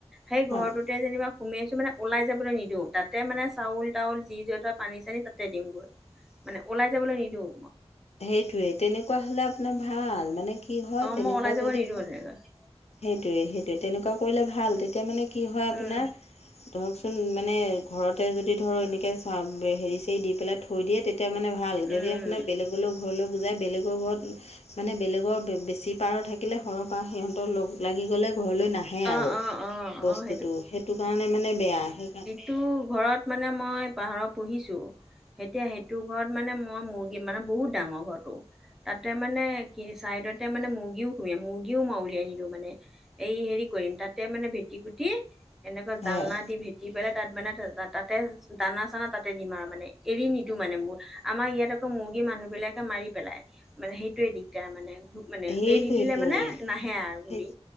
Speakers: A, in the centre; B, on the left.
A: সেই
B: হয়
A: ঘৰটোত তাতে যেনিবা সোমাইছো মানে ওলাই যাবলৈ নিদিওঁ তাতে মানে চাউল তাউল যি যত পানী চানী তাতে দিম গৈ।
B: <unintelligible>
A: মানে ওলাই যাবলৈ নিদিওঁ।
B: সেইটোৱে তেনেকুৱা হ'লে আপোনাৰ ভাল, মানে কি? কি হয়,
A: অ
B: তেনেকুৱা
A: মই ওলাই যাব
B: যদি
A: নিদিওঁ
B: হয়।
A: তেনেকৈ
B: সেইটোৱে সেইটোৱে তেনেকুৱা কৰিলে ভাল, তেতিয়া মানে কি হয়, আপোনাৰ
A: উম
B: ধৰকচোন মানে ঘৰতে যদি ধৰ এনেকে চাব হেৰি চেৰি দি পেলাই থৈ দিয়ে তে তেতিয়া মানে ভাল যদি
A: উম
B: আপোনাৰ
A: উম
B: বেলেগলৈ ঘৰলৈ বুজাই বেলেগৰ ঘৰত মানে বেলেগৰ বেছি পাৰ থাকিলে সৰহৰ পাৰ সিহঁতৰ লগ লাগি গ'লে ঘৰলৈ নাহে
A: অ',
B: আৰু,
A: অ', অ',
B: বস্তুটো
A: অ',
B: সেইটো কাৰণে মানে বেয়া। সেইকাৰণ
A: তো ঘৰত মানে মই পাহাৰ পুহিছো। এতিয়া সেইটো ঘৰত মানে মই মুৰ্গী মানে বহুত ডাঙৰ ঘৰতটো। তাতে মানে কি চাইডতে মানে মুৰ্গীও শুৱে মুৰ্গীও উলিয়াই নিদো মানে। এই হেৰি কৰিম তাতে মানে ভেটি পুটি এনেকুৱা জালনা
B: হয়
A: দি ভেটি পেলাই তাত মানে তাতে দানা চানা তাতে দিম আৰু মানে এৰি নিদো মানে মোৰ আমাৰ ইয়াত আকৌ মুৰ্গী মানুহ বিলাক মাৰি পেলাই মানে সেইটোৱে দিগদাৰ মানে
B: সেইটো
A: এৰি
B: সেইটো
A: দিলে মানে নাহে আৰু
B: সেই
A: ঘূৰি।